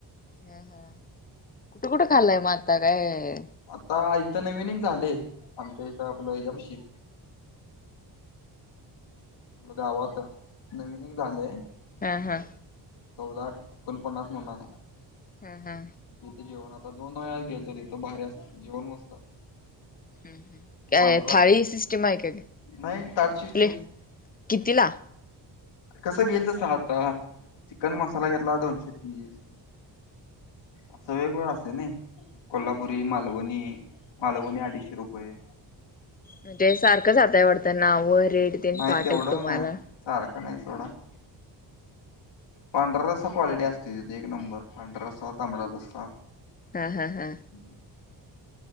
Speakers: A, on the left (about 20°); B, on the left (about 80°).
A: ह हा कुठे कुठे खाल्लाय म आता काय
B: आता इथं नवीन एक झालंय आमच्या इथं आपलं हेच्यापाशी- गावात नवीन एक झालंय-
A: हा हा
B: चौदा एकोणपन्नास म्हणून आहे.
A: हा हा
B: तिथं जेवण आता दोन वेळा गेलतो तिथं भारी असत जेवण मस्त.
A: ह काय
B: पांढरा
A: थाळी सिस्टीम आहे का
B: नाही ताट सिस्टीम
A: प्ले कितीला.
B: कसं घेईल तसा आता चिकन मसाला घेतला दोनशे तीस- असं वेगवेगळं असतं नाही कोल्हापुरी मालवणी मालवणी अडीचशे रुप- रुपये
A: म्हणजे सारखं जाताय वाटतं नाव रेट तेन
B: नाही
A: पाठ
B: तेवढं
A: आहेत तुम्हाला.
B: मा सारखं नाही सोडा. <inaudible> पांढरा रस्सा क्वालिटी असते तिथे एक नंबर. पांढरा रस्सा, तांबडा रस्सा
A: हा हा हा.
B: <inaudible>